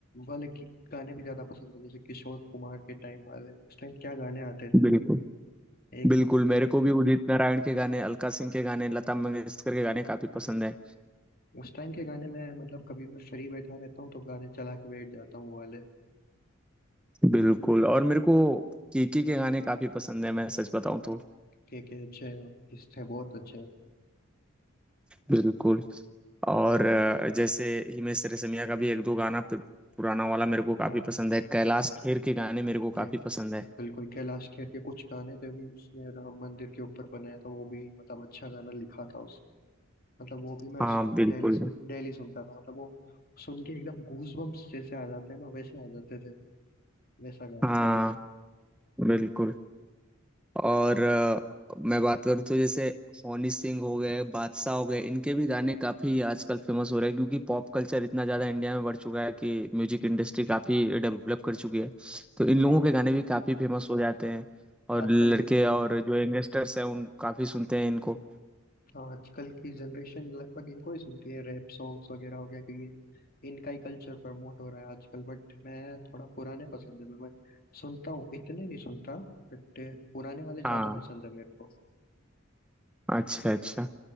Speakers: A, on the left (about 45°); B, in the centre.
A: वाले गी- गाने भी ज्यादा पसंद है जैसे किशोर कुमार के टाइम वाले उस टाइम क्या गाने आते थे
B: बिल्कुल
A: एक
B: बिल्कुल
A: नंबर
B: मेरे को भी उदित नारायण के गाने अलका सिंह के गाने लता मंगेशकर के गाने काफी पसंद है
A: उस टाइम के गाने मैं मतलब कभी भी फ्री बैठा रहता हूँ तो गाने चला के बैठ जाता हूँ वो वाले
B: बिल्कुल और मेरे को केके के गाने काफी पसंद है मैं सच बताऊं तो
A: के के अच्छे हैं और किस थे बहुत अच्छे हैं।
B: बिल्कुल और अ, जैसे हिमेश रेशमिया का भी एक दो गाना पु- पुराना वाला मेरे को काफी
A: हाँ
B: पसंद है कैलाश खेर के गाने मेरे को
A: के
B: काफी पसंद है
A: बिल्कुल कैलाश खेर के कुछ गाने थे भी उसने राम मंदिर के ऊपर बनाया था वो भी मतलब अच्छा गाना लिखा था उसने। मतलब वो भी मैं
B: हाँ बिल्कुल
A: डेली डेली सुनता था मतलब वो सुन के एकदम गूज बम्स जैसे आ जाते हैं ना वैसे आ जाते थे वैसा गाना
B: हाँ
A: था वो
B: बिल्कुल और अ, मैं बात करूँ तो जैसे हनी सिंह हो गए बादशाह हो गए इनके भी गाने काफी आजकल फेमस हो रहे हैं क्योंकि पॉप कल्चर इतना ज्यादा इंडिया में बढ़ चुका है कि म्यूजिक इंडस्ट्री काफी डेवलप कर चुकी है तो इन लोगों
A: हाँ
B: के गाने भी काफी फेमस हो जाते हैं और
A: आजकल
B: लड़के और जो यंगस्टर्स हैं उन काफी सुनते हैं इनको
A: हाँ आजकल की जनरेशन लगभग इनको ही सुनती है रैप सॉन्ग्स वगैरह हो गया कि ये इनका ही कल्चर प्रमोट हो रहा है आजकल बट मैं थोड़ा पुराने पसंद है मैं मैं सुनता हूँ इतने नहीं सुनता बट पुराने वाले ज्यादा
B: हाँ
A: पसंद है मेरे को
B: अच्छा अच्छा